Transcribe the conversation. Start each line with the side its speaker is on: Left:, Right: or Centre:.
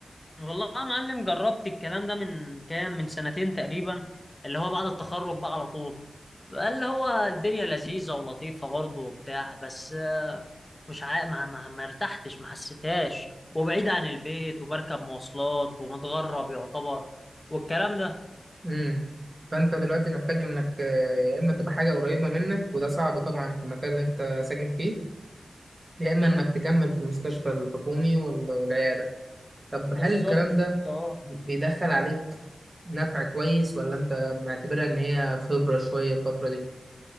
Left: والله يا معلم جربت الكلام ده من كام من سنتين تقريبا اللي هو بعد التخرج بقى على طول بقى اللي هو الدنيا لذيذة ولطيفة برضه وبتاع بس آه، مش عا... ما, ما, ما ارتحتش ما حسيتهاش وبعيد عن البيت وبركب مواصلات ومتغرب يعتبر والكلام ده
Right: امم فانت دلوقتي محتاج انك آه، يا اما تبقى حاجه قريبه منك وده صعب طبعا في المكان اللي انت ساكن فيه يا اما انك تكمل في المستشفى الحكومي وال- والعياده طب
Left: بالظبط
Right: هل الكلام ده
Left: اه
Right: بي- بيدخل عليك نفع كويس ولا انت معتبرها ان هي خبره شويه الفتره دي